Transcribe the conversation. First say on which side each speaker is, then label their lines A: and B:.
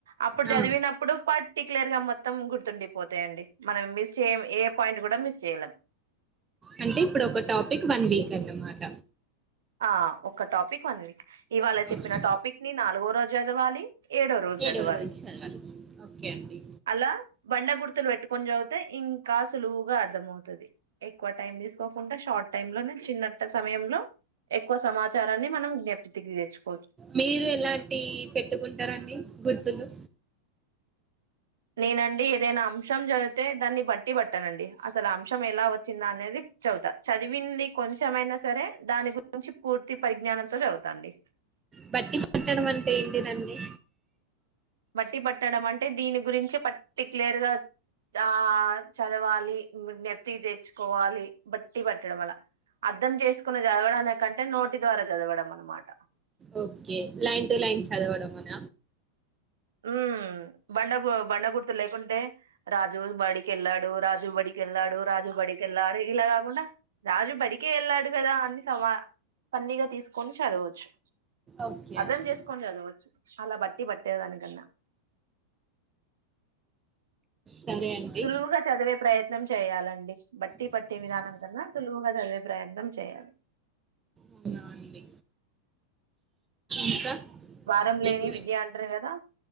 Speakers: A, on the right (about 60°); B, on the right (about 20°).
A: అప్పుడు చదివినప్పుడు
B: ఆ.
A: పాట్ పర్టిక్యలర్ గా మొత్తం గుర్తుండిపోతాయండి మనం మిస్ చేయ ఏ పాయింట్ కూడా మిస్ చేయలేం
B: అంటే ఇప్పుడు ఒక టాపిక్ వన్ వీక్ అనమాట
A: ఆ ఒక టాపిక్ వన్ వీక్ ఇవాళ చెప్పిన
B: ఓకే
A: టాపిక్ ని నాలుగో రోజు చదవాలి ఏడో రోజు చదవాలి
B: ఏడవ రోజు చదవాలి ఓకే అండి
A: అలా బండ గుర్తులు పెట్టుకొని చదివితే ఇంకా సులువుగా అర్థ అవుతుది ఎక్కువ టైం తీసుకోకుండా షార్ట్ టైం లోనే చిన్నత సమయంలో ఎక్కువ సమాచారాన్ని మనం జ్ఞాప్తికి తెచ్చుం
B: మీరు ఎలాంటియి పెట్టుకుంటారండి గుర్తులు
A: నేనండి ఏదైనా అంశం జదివితే దాన్ని బట్టి బట్టనండి అసలు అంశం ఎలా వచ్చిందా అనేది చదువుతా చదివింది కొంచెమైనా సరే దాని గురించి పూర్తి పరిజ్ఞానంతో చదువుతాండి
B: బట్టి పట్టడం అంటే ఏంటిదండి
A: బట్టి పట్టడం అంటే దీని గురించి పర్టిక్లేర్ గా దా ఆ చదవాలి జ్ఞప్తి తెచ్చుకోవాలి బట్టి పట్టడం అలా అర్ధం చేసుకుని చదవడాల కంటే నోటి ద్వారా చదవడం అనమాట
B: ఓకే లైన్ టు లైన్ చదవడం అల
A: ఉమ్ బండ బండ గుర్తు లేకుంటే రాజు బడికెళ్ళాడు రాజు బడికెళ్ళాడు రాజు బడికెళ్ళాడు ఇలా కాకుండా రాజు బడికే ఎళ్ళాడు కదా అని సమా ఫన్నీ గా తీసుకొని చదువచ్చు
B: ఓకే
A: అర్థం
B: అండి.
A: చేసుకొని చదువచ్చు అలా బట్టి బట్టే దాని కన్న
B: సరే అండి.
A: సులువుగా చదివే ప్రయత్నం చేయాలండి బట్టి పట్టి విధానం కన్నా సులువుగా చదివే ప్రయత్నం చేయాలి
B: అవునా అండి. ఇంకా
A: బారం
B: మీకు
A: లేని విద్యా అంటారు కదా